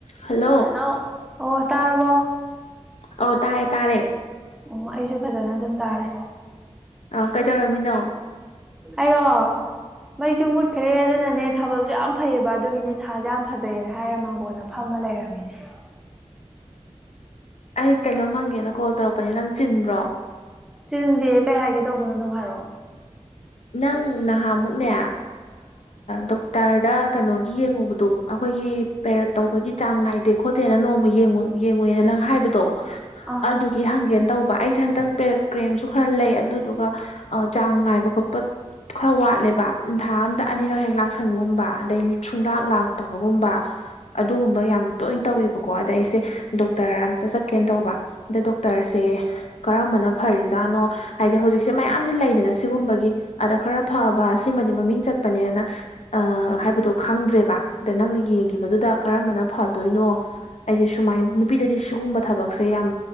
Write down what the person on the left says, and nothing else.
hello
ꯑꯧ ꯇꯥꯔꯦ ꯇꯥꯔꯦ
ꯑ ꯀꯩꯗꯧꯔꯝꯃꯤꯅꯣ
ꯑꯩ ꯀꯩꯅꯣꯝ ꯍꯪꯒꯦꯅ ꯀꯣꯜ ꯇꯧꯔꯛꯄꯅꯦ ꯅꯪ ꯆꯤꯟꯕ꯭ꯔꯣ
ꯅꯪ ꯅꯍꯥꯃꯨꯛꯅꯦ ꯗꯣꯛꯇꯔꯗ ꯀꯩꯅꯣꯒꯤ ꯌꯦꯡꯉꯨꯕꯗꯣ ꯑꯩꯈꯣꯏꯒꯤ ꯄꯦꯔꯠ ꯇꯧꯕꯒꯤ ꯆꯥꯡ ꯅꯥꯏꯗꯦ ꯈꯣꯠꯇꯦꯅ ꯅꯣꯡꯃ ꯌꯦꯡꯉꯨꯅ ꯅꯪ ꯍꯥꯏꯕꯗꯣ
ꯑꯗꯨ ꯀ ꯍꯪꯒꯦꯅ ꯇꯧꯕ ꯑꯩꯁꯦ ꯍꯟꯇꯛ ꯄꯦꯔꯦꯠ ꯀ꯭ꯔꯦꯝꯁꯨ ꯈꯔ ꯂꯩ ꯑꯗꯨꯗꯨꯒ ꯆꯥꯡ ꯉꯥꯏꯕ ꯈꯣꯠꯄ ꯄꯠ ꯈꯔ ꯋꯥꯠꯂꯦꯕ ꯅꯤꯡ ꯊꯥ ꯑꯝꯗ ꯑꯅꯤꯔꯛ ꯍꯦꯛ ꯂꯥꯛꯁꯟꯒꯨꯝꯕ ꯑꯗꯩ ꯁꯨꯡꯂꯥꯛ ꯂꯥꯛꯇꯕꯒꯨꯝꯕ ꯑꯗꯨꯒꯨꯝꯕ ꯌꯥꯝ ꯇꯣꯏꯅ ꯇꯧꯋꯦꯕꯀꯣ ꯑꯗ ꯑꯩꯁꯦ ꯗꯣꯛꯇꯔ ꯑ ꯑꯃꯇ ꯆꯠꯀꯦꯅ ꯇꯧꯕ ꯑꯗ ꯗꯣꯛꯇꯔꯁꯦ ꯀꯔꯝꯕꯅ ꯐꯔꯤꯖꯥꯠꯅꯣ ꯍꯥꯏꯗꯤ ꯍꯧꯖꯤꯛꯁꯦ ꯃꯌꯥꯝꯗꯤ ꯂꯩꯗꯅ ꯁꯤꯒꯨꯝꯕꯒꯤ ꯑꯗ ꯈꯔ ꯐꯕ ꯁꯤꯃꯗꯤ ꯃꯃꯤꯡ ꯆꯠꯄꯅꯦꯅ ꯍꯥꯏꯕꯗꯣ ꯈꯪꯗ꯭ꯔꯦꯕ ꯑꯗ ꯅꯪꯅ ꯌꯦꯡꯕꯗꯨꯗ ꯀꯔꯝꯕꯅ ꯐꯗꯣꯏꯅꯣ ꯑꯩꯁꯦ ꯁꯨꯃꯥꯏ ꯅꯨꯄꯤꯗꯗꯤ ꯁꯤꯒꯨꯝꯕ ꯊꯕꯛꯁꯦ ꯌꯥꯝ